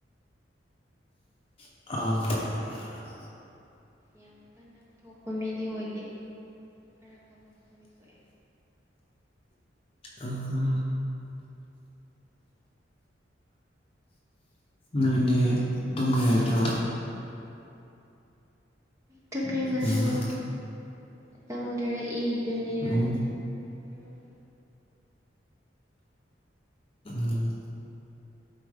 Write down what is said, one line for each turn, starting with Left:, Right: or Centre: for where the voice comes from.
Left: ꯑꯥ꯫
Right: ꯌꯥꯝ ꯀꯟꯅ ꯊꯣꯛꯄ ꯃꯤꯗꯤ ꯑꯣꯏꯗꯦ ꯈꯔ ꯀꯕ ꯀꯕꯛꯗꯤ ꯊꯣꯛꯑꯦ꯫
Left: ꯑꯥꯍꯥ꯫ ꯅꯣꯏꯗꯤ ꯑꯗꯨꯝꯒ ꯍꯥꯏꯗ꯭ꯔꯣ꯫
Right: ꯇꯨꯝꯅꯤꯡꯉꯁꯨ
Left: ꯎꯝ
Right: ꯉꯇꯪ ꯂꯩꯔꯛꯏꯗꯨꯣꯏꯅꯤꯅ꯫
Left: ꯎꯝ
Right: ꯈꯤꯔꯣꯏ꯫
Left: ꯎꯝ꯫